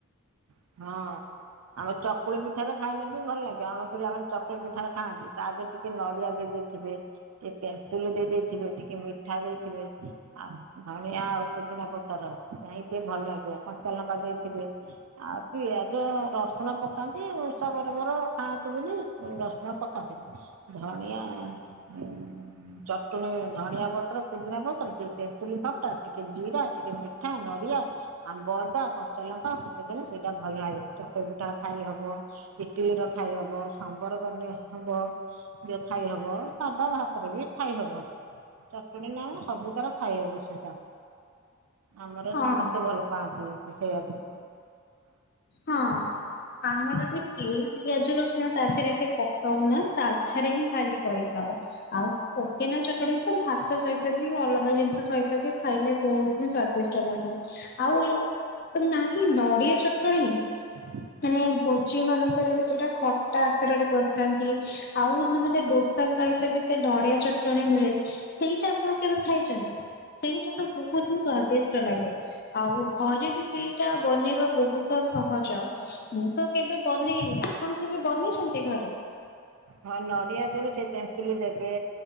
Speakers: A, on the right (about 80°); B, on the left (about 45°).
A: ହଁ। ଆମ ଚକୁଳି ପିଠାରେ ଖାଇଲେ ବି ଭଲ ଲାଗିବ ଆମ ପିଲାମାନେ ଚକୁଳି ପିଠା ଖାଆନ୍ତି। ତା ଦେ ଟିକେ ନଡିଆ ଦେଇ ଦେଇଥିବେ, ଟିକେ ତେନ୍ତୁଲି ଦେଇ ଦେଇଥିବେ, ଟିକେ ମିଠା ଦେଇଥିବେ ଆଉ ଧଣିଆ ଆଉ ପୁଦିନା ପତର ଯାଇ ଟିକେ ଭଲ ଲାଗିବ କଞ୍ଚା ଲଙ୍କା ଦେଇଥିବେ ଆଉ ପିଆଜ ରସୁଣ ପକାନ୍ତି ଉଷା ବରବର ଖାଆନ୍ତି ବୋଲି ରସୁଣ ପକାନ୍ତିନି। ଧଣିଆ ଉଁ ଚଟଣୀ ଧଣିଆ ପତ୍ର, ପୁଦିନା ପତ୍ର, ଟିକେ ତେନ୍ତୁଲି ଖଟା, ଟିକେ ଜିରା, ଟିକେ ମିଠା, ନଡିଆ ଆମ୍ବଅଦା, କଞ୍ଚା ଲଙ୍କା, ପକେଇଦଲେ ସେଇଟା ଭଲ ଲାଗେ ଚକୁଳି ପିଠାରେ ଖାଇ ହବ। ଇଟିଲି ର ଖାଇ ହବ। ସାମ୍ବର ବନେଇ ହବ। ଖାଇ ହବ ସାଦା ଭାତରେ ବି ଖାଇ ହବ। ଚଟଣି ନା ସବୁ ତାର ଖାଇହବ ସେଟା। ଆମର
B: ହଁ।
A: ସମସ୍ତେ ଭଲ ପାଆନ୍ତି ସେଇଆ କୁ।
B: ହଁ ଆମର ବି ସେଇ ପିଆଜ ର ସୁଣ ତା ଦେହରେ ଏତେ ପକାଉ ନା ସାଧାରେ ହିଁ ଖାଲି କରିଥାଉ ଆଉ। ପୋଦିନା ଚଟଣି କୁ ଭାତ ସହିତ ବି ଅଲଗା ଜିନିଷ ସହିତ ବି ଖାଇଲେ ବହୁତ ହିଁ ସ୍ଵାଦିଷ୍ଟ ଲାଗେ। ଆଉ ନାହିଁ ନଡିଆ ଚଟଣୀ
A: ହଁ।
B: ମାନେ ଭୋଜି ମାନଙ୍କରେ ବି ସେଇଟା ଖଟା ଆକାରରେ କରିଥାନ୍ତି ଆଉ ନହେଲେ ଦୋସା ସହିତ ବି ସେ ନଡିଆ ଚଟଣି ମିଳେ। ସେଇଟା ଆପଣ କେବେ ଖାଇଛନ୍ତି? ସେଇଟା ତ ବହୁତ ହି ସ୍ଵାଦିଷ୍ଟ ଲାଗେ ଆଉ ଘରେ ବି ସେଇଟା ବନେଇବା ବହୁତ ତ ସହଜ ମୁଁ ତ କେବେ ବନେଇନି ଆପଣ କେବେ ବନେଇଛନ୍ତି ଘରେ?
A: ହଁ ନଡିଆ ଦେହ ରେ ସେ ତେନ୍ତୁଳି ଦେବେ